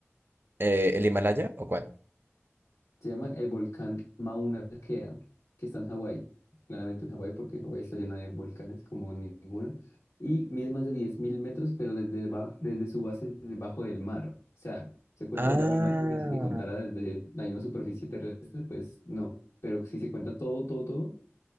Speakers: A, on the right; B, on the left.
A: Eh, ¿el Himalaya o cuál?
B: Se llama el volcán Mauna Kea, que está en Hawái. Claramente en Hawái, porque Hawái está llena de volcanes como ninguna. Y mide más de 10.000 metros, pero desde, ba- desde su base, debajo del mar. O sea, se cuenta
A: Ah.
B: debajo del mar, porque si se contara desde la misma superficie terrestre, pues no. Pero si se cuenta todo, todo, todo,